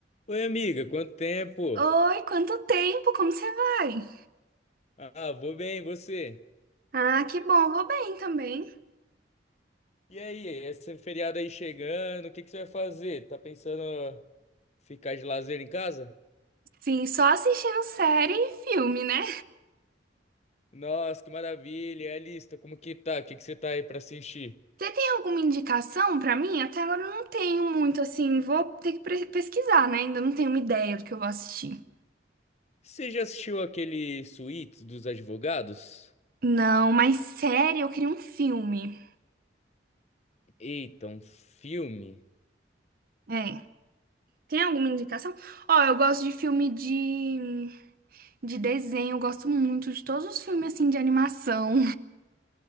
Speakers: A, on the left; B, on the right.
A: Oi, amiga, quanto tempo?
B: Oi, quanto tempo? Como você vai?
A: Ah, vou bem, e você?
B: Ah, que bom, vou bem também.
A: E aí, esse feriado aí chegando, o que que você vai fazer? Tá pensando ficar de lazer em casa?
B: Sim, só assistindo série e filme, né?
A: Nossa, que maravilha! E a lista, como que tá? O que que você tá aí pra assistir?
B: Você tem alguma indicação pra mim? Até agora eu não tenho muito, assim, vou ter que pre- pesquisar, né? Ainda não tenho uma ideia do que eu vou assistir.
A: Você já assistiu aquele Suítes dos Advogados?
B: Não, mas série, eu queria um filme.
A: Eita, um filme.
B: É. Tem alguma indicação? Ó, eu gosto de filme de, de desenho, eu gosto muito de todos os filmes, assim, de animação.